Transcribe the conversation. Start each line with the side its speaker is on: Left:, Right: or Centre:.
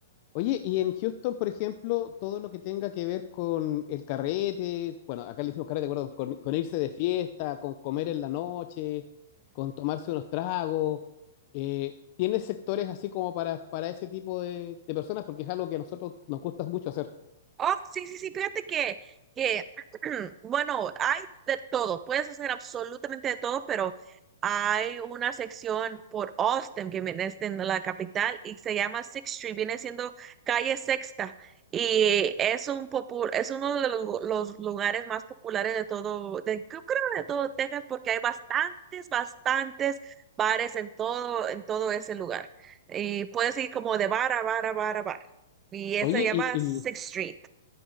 Left: Oye, y en Houston, por ejemplo, todo lo que tenga que ver con el carrete, bueno, acá le decimos carrete, acuerdo? Con, con irse de fiesta, con comer en la noche, con tomarse unos tragos, eh, ¿tiene sectores así como para, para ese tipo de, de personas? Porque es algo que a nosotros nos gusta mucho hacer.
Right: Oh, sí, sí, sí, fíjate que, que, <clears throat> bueno, hay de todo, puedes hacer absolutamente de todo, pero hay una sección por Austin, que viene siendo la capital, y se llama Sixth Street, viene siendo calle Sexta, y es un popu- es uno de los, lu- los lugares más populares de todo, de, yo creo de todo Texas, porque hay bastantes, bastantes bares en todo, en todo ese lugar, y puedes ir como de bar a bar a bar a bar, y ese
Left: Oye,
Right: se llama
Left: y, y
Right: Sixth Street.